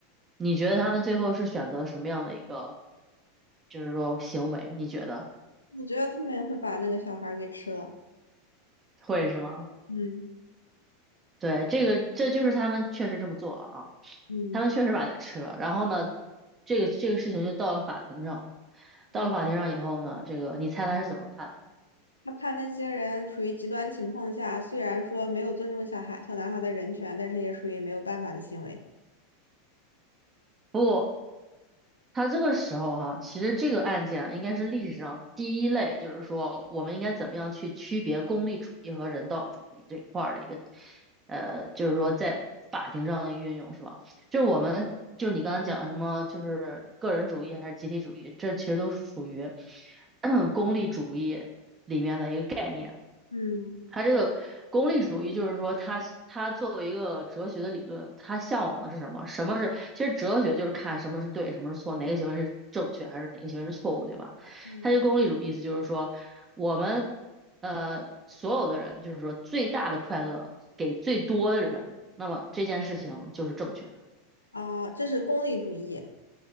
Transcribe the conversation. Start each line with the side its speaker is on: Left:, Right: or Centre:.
Right: 你觉得他们最后是选择什么样的一个，就是说行为？你觉得
Left: 我觉得他们也会把那个小孩儿给吃了。
Right: 会是吗？
Left: 嗯
Right: 对，这个这就是他们确实这么做了啊，
Left: 嗯
Right: 他们确实把它给吃了。然后呢，这个这个事情就到了法庭上，到了法庭上以后呢，
Left: 嗯，
Right: 这个你猜他是怎么判？
Left: 他怕那些人处于极端情况下，虽然说没有尊重小孩、小男孩的人权，但是也属于没有办法的行为。
Right: 不。他这个时候哈、其实这个案件啊应该是历史上第一类，就是说我们应该怎么样去区别功利主义和人道主义这一块儿的一个，呃，就是说在法庭上的运用是吧？就是我们就你刚才讲什么，就是个人主义还是集体主义，这其实都是属于 <clears throat> 功利主义里面的一个概念。
Left: 嗯
Right: 他这个功利主义就是说他，他作为一个哲学的理论，他向往的是什么？什么是？其实哲学就是看什么是对，什么是错，哪个行为是正确，还是哪个行为是错误，对吧？
Left: 嗯。
Right: 他这功利主义意思就是说，我们呃所有的人，就是说最大的快乐给最多的人，那么这件事情就是正确的。
Left: 啊，这是功利主义，